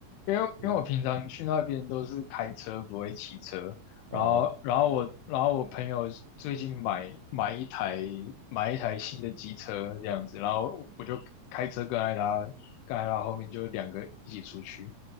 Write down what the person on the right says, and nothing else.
就是
哦